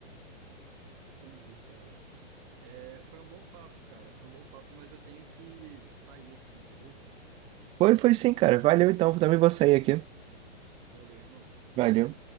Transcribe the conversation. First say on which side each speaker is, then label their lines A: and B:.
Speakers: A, on the right; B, on the right.
A: Entendi, cara. É, foi um bom papo, cara. Foi um bom papo, mas eu tenho que sair aqui, beleza?
B: Foi, foi sim, cara. Valeu então, também vou sair aqui.
A: Valeu, irmão.
B: Valeu.